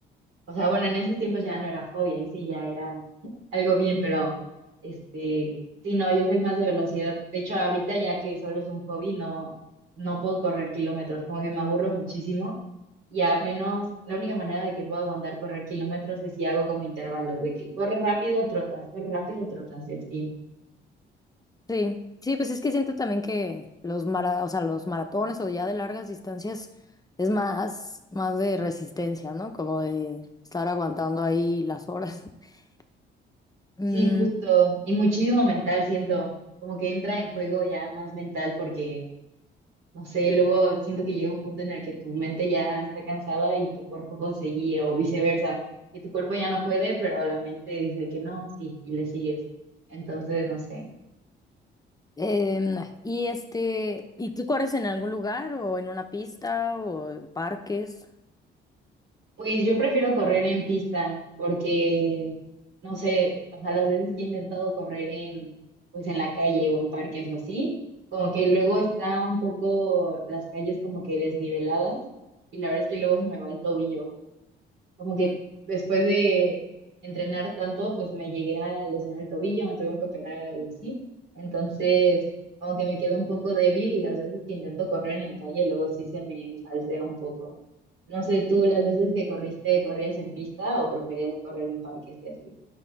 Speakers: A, on the right; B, on the left.
A: O sea, bueno, en esos tiempos ya no era hobby, ahí sí ya era <laughs> algo bien, pero este, sí, no, yo soy más de velocidad. De hecho, ahorita ya que solo es un hobby, no, no puedo correr kilómetros, como que me aburro muchísimo. Y a menos, la única manera de que puedo aguantar correr kilómetros es si hago como intervalos, de que corre rápido, trotas, corre rápido, trotas, y así.
B: Sí, sí, pues es que siento también que los mara, o sea, los maratones o ya de largas distancias es más, más de resistencia, ¿no? Como de estar aguantando ahí las horas. <laughs> Mm,
A: Sí, justo. Y muchísimo mental, siento, como que entra en juego ya más mental porque No sé, luego siento que llega un punto en el que tu mente ya está cansada y tu cuerpo puede seguir, o viceversa, que tu cuerpo ya no puede, pero la mente dice que no, sí, y le sigues. Entonces, no sé.
B: em, y este, ¿y tú corres en algún lugar o en una pista o en parques?
A: Pues yo prefiero correr en pista, porque, no sé, o sea, las veces que he intentado correr en, pues en la calle o en parques o así, como que luego está un poco las calles como que desniveladas, y la verdad es que luego se me va el tobillo. Como que
B: Sí.
A: después de entrenar tanto, pues me llegué a lesionar el tobillo, me tuvieron que operar y así. Entonces, como que me quedo un poco débil y las veces que intento correr en la calle, luego sí se me falsea un poco. No sé, tú las veces que corriste, ¿corrías en pista o preferías correr en parques y así?